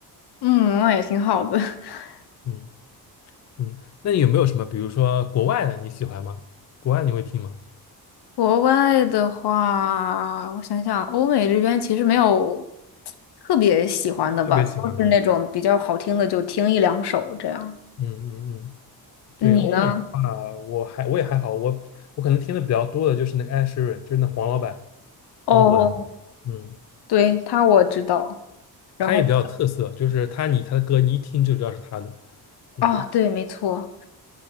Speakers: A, on the left; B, on the left.
A: 嗯，那也挺好的。<laughs>
B: 嗯嗯，那你有没有什么，比如说国外的你喜欢吗？国外你会听吗？
A: 国外的话，我想想，欧美这边其实没有特别喜欢的吧，
B: 特别喜欢的。
A: 都是那种比较好听的，就听一两首这样。
B: 嗯嗯嗯，对，
A: 你呢？
B: 欧美的话，我还我也还好，我我可能听的比较多的就是那个 Ed s h e r 就是那黄老板，
A: 哦，
B: 英国的那个嗯，
A: 对，他我知道。然后
B: 他也比较有特色，就是他你他的歌你一听就知道是他的，嗯，
A: 啊，对，没错。